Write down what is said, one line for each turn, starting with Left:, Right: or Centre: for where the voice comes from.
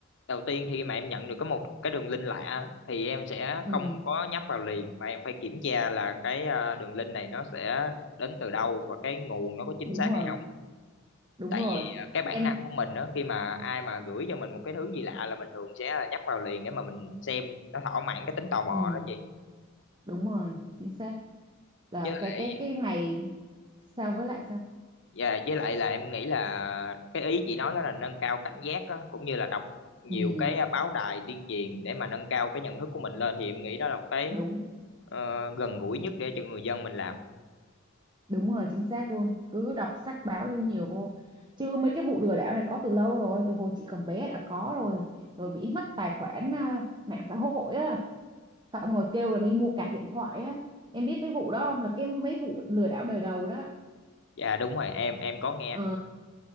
Left: đầu tiên khi mà em nhận được có một cái đường link lạ á, thì em sẽ
Right: ừ
Left: không có nhấp vào liền mà em phải kiểm tra là cái à, đường link này nó sẽ đến từ đâu và cái nguồn nó có chính
Right: đúng
Left: xác
Right: rồi
Left: hay không.
Right: đúng
Left: tại
Right: rồi
Left: vì à, cái bản
Right: em
Left: năng của mình đó khi mà ai mà gửi cho mình một cái thứ gì lạ là mình thường sẽ là nhấp vào liền để mà mình xem nó thỏa mãn cái tính tò mò
Right: ừ
Left: đó chị
Right: đúng rồi chính xác là
Left: với lại
Right: cái cái cái này sao với lại sao
Left: dạ, với lại là em nghĩ là cái ý chị nói đó là nâng cao cảnh giác á, cũng như là đọc nhiều
Right: ừ
Left: cái báo đài tuyên truyền để mà nâng cao cái nhận thức của mình lên thì em nghĩ đó là một cái
Right: đúng
Left: ờ, gần gũi nhất để cho người dân mình làm
Right: đúng rồi chính xác luôn cứ đọc sách báo cho nhiều vô chứ mấy cái vụ lừa đảo này có từ lâu rồi từ hồi chị còn bé đã có rồi rồi bị hack tài khoản à, mạng xã hội á xong rồi kêu là đi mua cạc điện thoại á em biết mấy vụ đó không là cái mấy vụ lừa đảo đời đầu đó
Left: dạ đúng rồi em em có nghe
Right: ờ